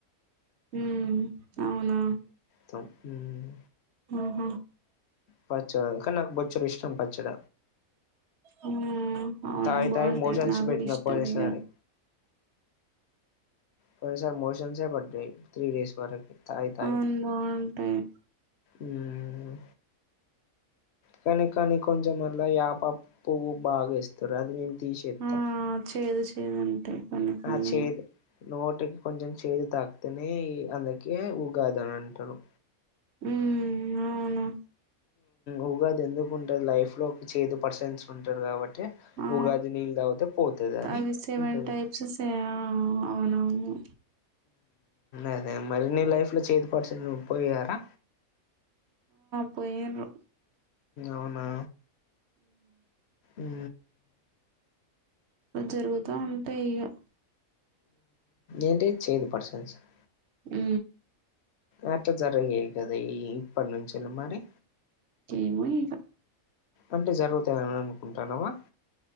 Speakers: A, on the right; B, on the left.
A: ఉమ్ అవునా
B: తం ఉమ్
A: ఆ హ
B: పచ్చడ కని నాకు బొచ్చడు ఇష్టం పచ్చడ
A: అవునా ఉ అవునా
B: తాగి
A: బాగుంటాయి
B: తాగి మోషన్స్
A: నా కూడా
B: పెట్టిన
A: ఇష్టం
B: పోయినసారి
A: ఇగ
B: పోయిన సార్ మోషన్స్ పడ్డయి త్రీ డేస్ వరకి తాగి తాగి
A: అవును బావుంటాయి
B: ఉమ్ కానీ కానీ కొంచమళ్ళ యాప పువ్వు బాగా ఎస్తరు అది తీసేత్తా
A: ఆ చేేదు చే లేదంటే సన్న సన్నగా
B: ఆ చేదు నోటికి కొంచెం చేదు తాకితేనే అందుకే ఊగాదన అంటాను
A: ఉ అవును
B: ఉఊగాది ఎందుకుంటది లైఫ్ లో ఒక చేదు పర్సన్స్ ఉంటారు కాబట్టి
A: ఆ
B: ఉగాది నీళ్ళ తావుతే పోతుది అని
A: అవి సెవెన్
B: ఉంటది
A: టైప్స్ సే ఆ అవునవును
B: అదే మరి న లైఫ్ లో చేదు పర్సన్ పోయిారా
A: పోయిను
B: అవునా ఉ
A: అలా జరుగుతా ఉంటాయి ఇక
B: ఏంటి చేదు పర్సన్స్ సార్
A: అ
B: ఏట్ట జరగ కదా ఇప్ప నుంచిల మరి
A: ఏమోంక్
B: అంటే జరుగుతాని అనుకుంటానువా